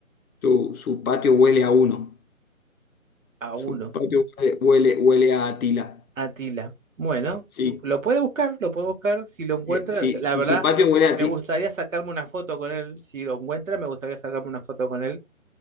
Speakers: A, on the left; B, on the right.
A: Su, su patio huele a uno.
B: A
A: Su
B: uno,
A: patio huele, huele, huele a Atila.
B: Atila. Bueno,
A: Sí,
B: lo puede buscar, lo puede buscar si lo encuentra.
A: eh, sí,
B: La
A: si
B: verdad,
A: su patio huele a
B: me
A: ti,
B: gustaría sacarme una foto con él. Si lo encuentra, me gustaría sacarme una foto con él.